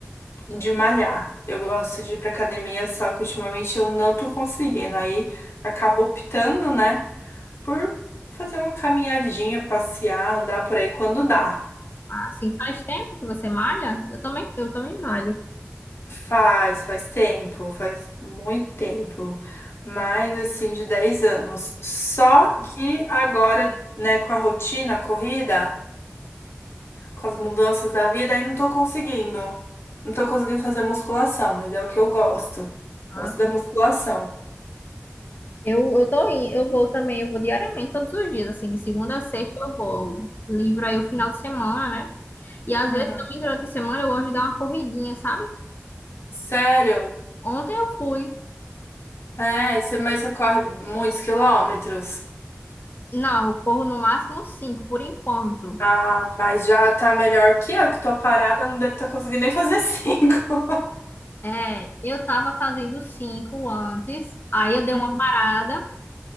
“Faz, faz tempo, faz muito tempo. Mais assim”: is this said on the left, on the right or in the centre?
Left